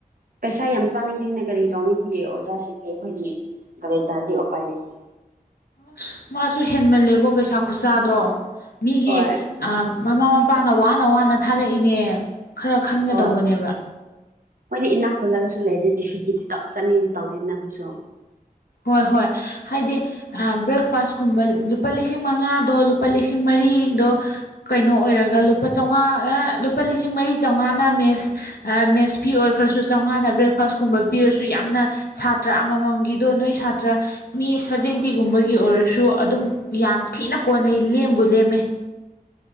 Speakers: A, on the right; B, on the left.
A: ꯄꯩꯁꯥ ꯌꯥꯝ ꯆꯥꯅꯤꯡꯕꯅꯤꯅ ꯀꯔꯤ ꯇꯧꯅꯤ ꯑꯩꯈꯣꯏꯒꯤ ꯑꯣꯖꯥꯁꯤꯡꯁꯦ ꯑꯩꯈꯣꯏꯒꯤ ꯗꯥꯔ ꯇꯥꯔꯗꯤ ꯎꯄꯥꯏ ꯂꯩꯇꯦ
B: ꯑꯁ ꯃꯥꯁꯨ ꯍꯦꯟꯃꯜꯂꯦꯀꯣ ꯄꯩꯁꯥ ꯈꯨꯠꯁꯥꯗꯣ ꯃꯤꯒꯤ
A: ꯍꯣꯏ
B: ꯃꯃꯥ ꯃꯄꯥꯅ ꯋꯥꯅ ꯋꯥꯅ ꯊꯥꯔꯛꯏꯅꯦ ꯈꯔ ꯈꯟꯒꯗꯧꯕꯅꯦꯕ
A: ꯍꯣꯏ ꯃꯣꯏꯗꯤ ꯏꯅꯥꯛ ꯈꯨꯜꯂꯒꯁꯨ ꯂꯩꯔꯦ ꯗꯤ ꯐꯤ ꯆꯤꯗꯤꯤ ꯆꯠꯅꯤꯡꯉꯗꯤ ꯇꯧꯗꯦꯗꯅ ꯑꯩꯈꯣꯏꯁꯨ
B: ꯍꯣꯏ ꯍꯣꯏ ꯍꯥꯏꯗꯤ ꯕ꯭ꯔꯦꯛꯐꯥꯁꯀꯨꯝꯕ ꯂꯨꯄꯥ ꯂꯤꯁꯤꯡ ꯃꯉꯥꯗꯣ ꯂꯨꯄꯥ ꯂꯤꯁꯤꯡ ꯃꯔꯤꯗꯣ ꯀꯩꯅꯣ ꯑꯣꯏꯔꯒ ꯂꯨꯄꯥ ꯆꯥꯝꯃꯉꯥ ꯂꯨꯄꯥ ꯂꯤꯁꯤꯡ ꯃꯔꯤ ꯆꯥꯝꯃꯉꯥꯅ ꯃꯦꯁ ꯃꯦꯁꯄꯤꯤ ꯑꯣꯏꯈ꯭ꯔꯁꯨ ꯆꯥꯝꯃꯉꯥꯅ ꯕ꯭ꯔꯦꯛꯐꯥꯁ ꯀꯨꯝꯕ ꯄꯤꯔꯁꯨ ꯌꯥꯝꯅ ꯁꯥꯇ꯭ꯔ ꯑꯃꯃꯝꯒꯤ ꯑꯗꯣ ꯅꯣꯏ ꯁꯥꯇ꯭ꯔ ꯃꯤ ꯁꯚꯦꯟꯇꯤꯒꯨꯝꯕꯒꯤ ꯑꯣꯏꯔꯁꯨ ꯑꯗꯨꯝ ꯌꯥꯝ ꯊꯤꯅ ꯀꯣꯟꯅꯩ ꯂꯦꯝꯕꯨ ꯂꯦꯝꯃꯦ